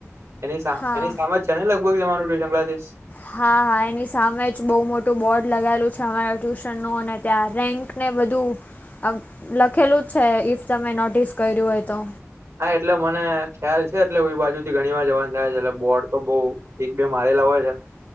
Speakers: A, on the right; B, on the left.
A: એની સામે
B: હા
A: એની સામે જ છે ને લગભગ તમારું ટ્યુશન ક્લાસીસ.
B: હા એની સામે જ બહુ મોટું બોર્ડ લગાયેલું છે અમારા ટ્યુશનનું અને ત્યાં રેન્ક ને બધું આમ લખેલું જ છે ઇફ તમે નોટિસ કર્યું હોય તો
A: હા એટલે મને ખ્યાલ છે એટલે એ બાજુ થી ઘણી વાર જવાનું થાય છે એટલે બોર્ડ તો બઉ એક બે મારેલા હોય છે.